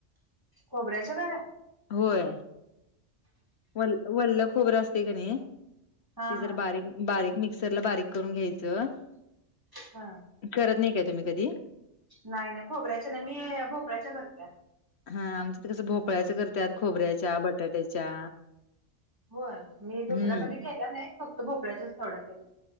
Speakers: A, on the right; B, on the left.
A: खोबऱ्याच्या घाऱ्या
B: होय वल् वल्ल खोबरं असते क नाही
A: हा
B: त
A: हा
B: जर बारीक बारीक मिक्सरला बारीक करून घ्यायचं
A: हा
B: करत नाही काय तुम्ही कधी
A: नाही नाही खोबऱ्याच्या नाही मी भोपळ्याच्या घरत
B: हा आमच्याथ कसं भोपळ्याच करतात खोबऱ्याच्या बटाट्याच्या
A: होय मी दुसरा्या
B: हम्म
A: कधी केला नाही फक्त भोपळ्याच्याच थवडा केला